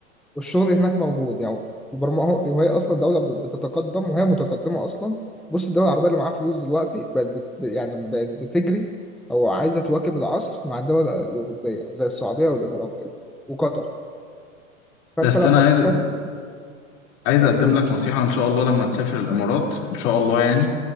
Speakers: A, in the centre; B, on the left (about 45°).
A: والشغل هناك موجود يعني البرمجه وهي اصلا دوله ب- بتتقدم وهي متقدمه اصلا بص الدول العربيه اللي معاها فلوس دلوقتي بقت بت يعني بقت بتجري او عايزه تواكب العصر مع الدول الاوروبيه زي السعوديه والامارات كده وقطر فانت
B: بس
A: لما
B: أنا عايز
A: تسافر
B: عايز أقدم
A: قول
B: لك نصيحة إن شاء الله لما تسافر الإمارات إن شاء الله يعني